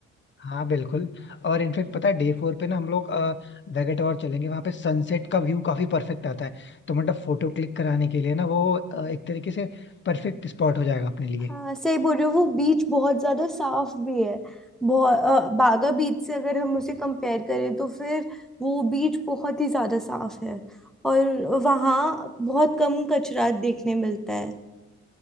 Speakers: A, on the left; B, in the centre.
A: हाँ बिल्कुल और इनफेक्ट पता है डे फोर पे ना हम लोग वेगेटोर और चलेंगे वहां पे सनसेट का व्यू काफी परफेक्ट आता है तो मतलब फोटो क्लिक कराने के लिए ना वो अ, एक तरीके से परफेक्ट स्पॉट हो जाएगा अपने लिए
B: हाँ सही बोल रहे हो वो बीच बहुत ज्यादा साफ भी है बहुत अ, बागा बीच से अगर हम उसे कंपेयर करें तो फिर वो बीच बहुत ही ज्यादा साफ है और वहाँ बहुत कम कचरा देखने मिलता है